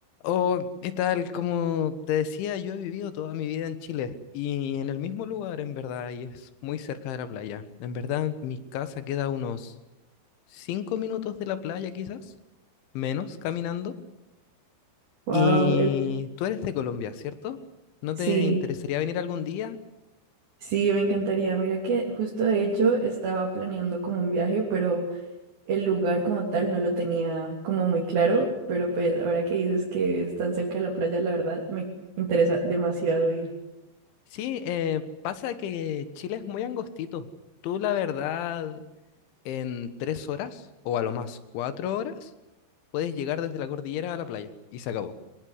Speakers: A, on the left (about 85°); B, on the right (about 55°).
A: Oh, ¿qué tal? Como te decía, yo he vivido toda mi vida en Chile y en el mismo lugar, en verdad, y es muy cerca de la playa. En verdad, mi casa queda a unos cinco minutos de la playa, quizás, menos caminando.
B: Wow,
A: Y tú eres de Colombia, ¿cierto? ¿No
B: sí,
A: te interesaría venir algún día?
B: sí, me encantaría. Mira que justo de hecho estaba planeando como un viaje, pero el lugar como tal no lo tenía como muy claro, pero pues ahora que dices que es tan cerca de la playa, la verdad me interesa demasiado ir.
A: Sí, eh, pasa que Chile es muy angostito. Tú, la verdad, en tres horas o a lo más cuatro horas, puedes llegar desde la cordillera a la playa y se acabó.